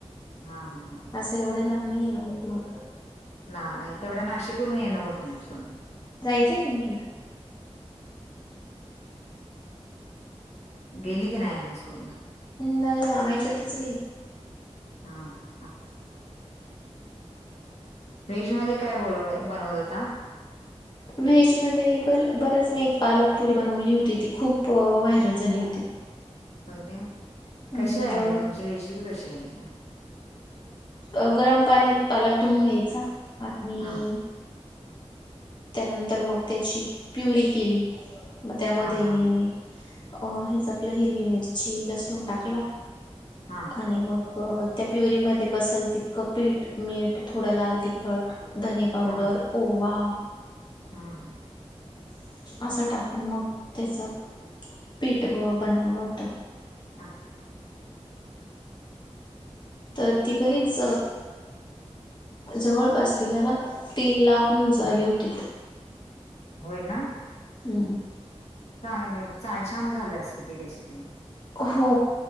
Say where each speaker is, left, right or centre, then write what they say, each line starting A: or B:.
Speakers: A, on the left; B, on the left.
A: हा हा हा हा
B: असं एवढ्या लां नाही ये नव होत मग
A: नाही तेवढ्या नाशिकून येणं होत नाही सण
B: जायचंय की नाही तुला
A: गेली की नाही अजून स्कूलला
B: नाहीय ना आयत तस
A: हां, हां. व्हेज मध्ये काय बोल बनवत होता
B: व्हेजमध्येध्ये ब बराच मी एक पालकपुरी बनवली होती ती खूप व्हायरल झाली होती.
A: बोलते
B: हम्म
A: कशी आहे
B: जवळ
A: म्हणजे तुमची रेसिपी कशी आहे का.
B: अ गरम पाण्यात पालक धुऊन घ्यायचा आणि
A: हां
B: त्यानंतर मग त्याची प्युरी केली मग त्यामध्ये
A: हां, हां,
B: मी
A: हां,
B: अ हेच आपलं हिरवी मिरची लसूण टाकला
A: हां
B: आणि मग त्या प्युरीमध्ये बसल तितकं पीठ मीठ थोडं लाल तिखट धनी पावडर
A: हां,
B: ओवा
A: हां हां
B: असं टाकून मग त्याच पीठ बनवलं होत.
A: हां
B: तर ती बरीच. जवळपास तिला ना तीन लाख व्ह्यू झा आले होते.
A: होय ना
B: हम्
A: चांगले छान झाले असेल ती रेसिपी
B: हो